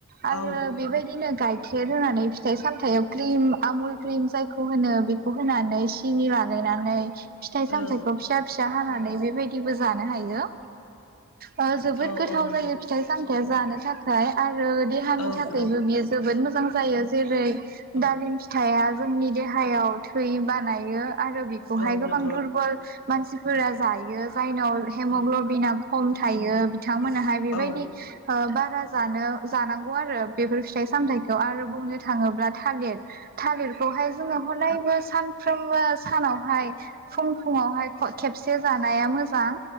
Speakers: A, on the right; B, on the left.
A: आरो
B: औ
A: बेबायदि बिदिनो गाइखेर होनानै फिथाइ सामथायाइाव क्रिम आमुल क्रिम जायखौ होनो बेखौ होनानै सिनि लागायनानै फिथाइ सामथायखौ
B: औ
A: फिसा फि सा हानानै बेबायदिबो जानो हायो। ओ जोबोद
B: औ
A: गोथाव
B: औ नंगौ
A: जायो फिथाइ सामथाइया जानो थाखाय आरो देहानि
B: औ
A: थाखायबो
B: नंगौ
A: बियो जोबोद मो मोजां जायो जेरै
B: औ
A: दालिम फिथाया जोंनि देहायाव थै बानायो आरो बेखौहाय
B: औ
A: गोबां
B: नंगौ
A: दुरबल मानसिफोरा जायो जायनाव हेमग्ल'बिना
B: औ
A: खम थायो बिथांमोनाहाय बेबायदि
B: औ
A: ओ बा बारा जानो जानांगौ आरो बेफोर फिथाइ सामथाइखौ आरो बुंनो थाङोब्ला थालिर थालिरखौहाय जोङो हदायबो सानफ्रोमबो सानावहाय फुं फुुंङावहाय खेबसे जानाया मोजां